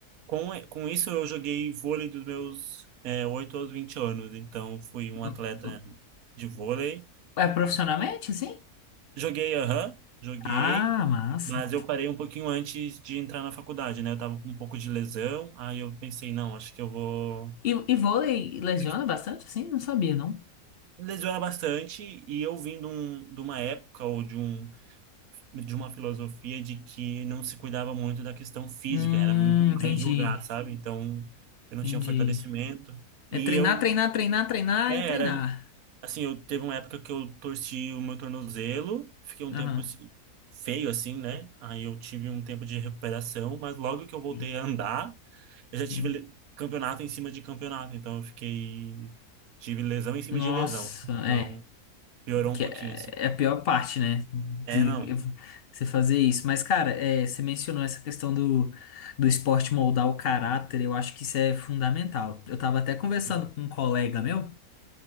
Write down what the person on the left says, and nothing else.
Hum,
hum.
É profissionalmente, assim?
Ah, massa.
E, e vôlei lesiona
bastante, assim? Não sabia, não.
Hum,
entendi,
entendi.
É
treinar,
treinar, treinar, treinar
e treinar.
Aham.
Sim,
sim.
Nossa,
é,
que
é
é a pior parte, né? De
eu- você fazer isso. Mas, cara, é, você mencionou essa questão do, do esporte moldar o caráter, eu acho que isso é fundamental. Eu tava até conversando
com um colega meu